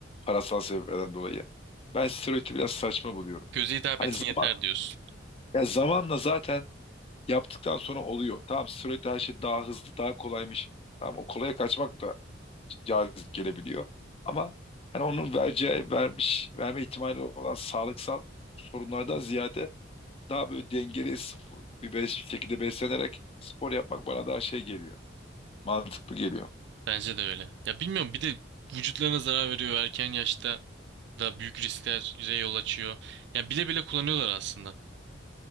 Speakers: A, on the left; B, on the right.
A: parasal sebeplerden dolayı ben steroidi biraz saçma buluyorum.
B: Göze hitap
A: Hani
B: etsin
A: zaman
B: yeter diyorsun.
A: ya zamanla zaten yaptıktan sonra oluyor. Tamam steroid her şey daha hızlı daha kolaymış. Tamam o kolaya kaçmak da cazip gelebiliyor. Ama hani onun vereceği vermiş verme ihtimali olan sağlıksal sorunlardan ziyade daha böyle dengeli sp- bir beş şekilde beslenerek spor yapmak bana daha şey geliyor. Mantıklı geliyor.
B: Bence de öyle. Ya bilmiyorum bir de vücutlarına zarar veriyor erken yaşta da büyük risklere yol açıyor. Ya bile bile kullanıyorlar aslında.